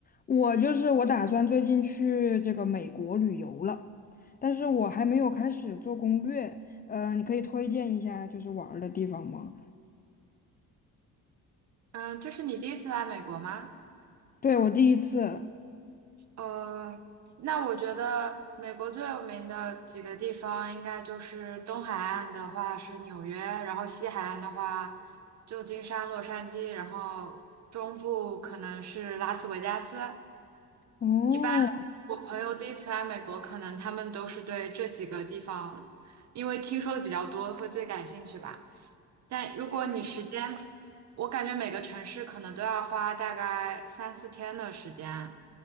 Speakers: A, on the left; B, on the right.
A: 我就是我打算最近去这个美国旅游了，但是我还没有开始做攻略。呃，你可以推荐一下就是玩儿的地方吗？
B: 嗯，这是你第一次来美国吗？
A: 对，我第一次。
B: 呃，那我觉得美国最有名的几个地方，应该就是东海岸的话是纽约，然后西海岸的话旧金山、洛杉矶，然后中部可能是拉斯维加斯。
A: 哦，
B: 一般我朋友第一次来美国，可能他们都是对这几个地方，因为听说的比较多，会最感兴趣吧。但如果你时间，我感觉每个城市可能都要花大概三四天的时间，